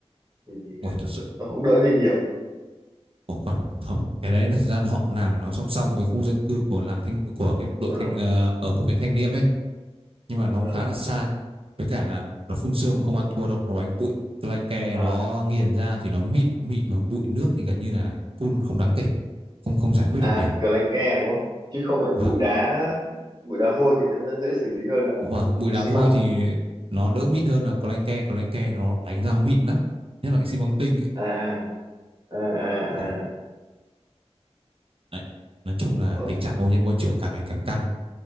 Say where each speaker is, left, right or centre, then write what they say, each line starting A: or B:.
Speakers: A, on the right (about 40°); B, on the right (about 55°).
A: thì
B: ui
A: ờ,
B: thật sự
A: nó cũng đỡ đi nhiều
B: Ủa còn không cái đấy là thực ra họ làm nó song song với khu dân cư của làng thanh của cái đội
A: ừ,
B: thanh ờ, ở của huyện Thanh Liêm ấy nhưng mà nó
A: ừ,
B: khá là xa với cả là nó phun sương không ăn thua đâu nó đánh bụi cái lanh ke
A: à,
B: nó nghiền ra thì nó mịn mịn mà bụi nước thì gần như là phun không đáng kể không không giải quyết
A: à
B: được nhiều
A: kiểu lanh ke đúng không chứ không phải là bụi
B: và
A: đá bụi đá vôi thì nó sẽ dễ xử lý hơn là
B: và
A: bụi
B: bụi đá
A: xi
B: vôi
A: măng
B: thì nó đỡ mịn hơn là clanke clanke nó đánh ra mịn lắm nhất là cái xi măng tinh ấy
A: à à à à
B: Ôi,
A: à
B: Đấy. Nói chung là
A: Ờ,
B: tình trạng ô nhiễm môi trường càng ngày càng căng